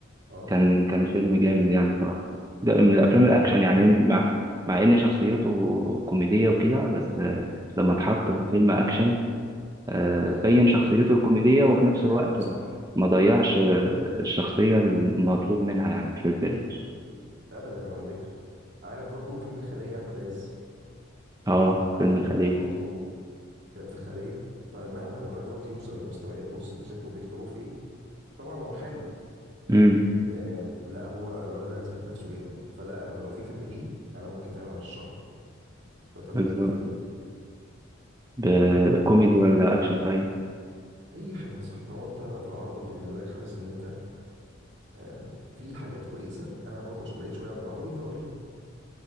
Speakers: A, on the right; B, on the right.
A: اه
B: كان كان فيلم
A: وفعلا
B: جامد يعني صراحة ده من الأفلام الأكشن
A: وعمل
B: يعني من- مع مع إن شخصيته كوميدية وكده بس آه، لما اتحط في فيلم أكشن آه،
A: آه،
B: بين
A: ظبط
B: شخصيته
A: الدنيا
B: الكوميدية وفي نفس
A: فعلا
B: الوقت
A: صح
B: ما ضيعش آه، الشخصية المطلوب منها يعني في الفيلم
A: أبدا على فكرة عارف برضو فيلم الخلية أحمد عز
B: اه
A: عمل
B: فيلم الخلية
A: معاه برضو كان في الخلية فمعنى إن الولد دوت يوصل لمستويات بص أنت شايفه بيختاروه في إيه طبعا هو حلو
B: امم
A: آم، لا هو الولد ده اثبت نفسه جامد فلا انا لو في فيلم دي انا ممكن فعلا ارشحه فتمام
B: بالظبط
A: ايه تاني
B: ب- كوميدي ولا أكشن طيب
A: اي حاجه يا صاحبي طالما انت في العربي بالنسبه لك حاسس ان انت آم، في حاجات كويسه انا برضه عشان بعيد شويه عن العربي فقول لي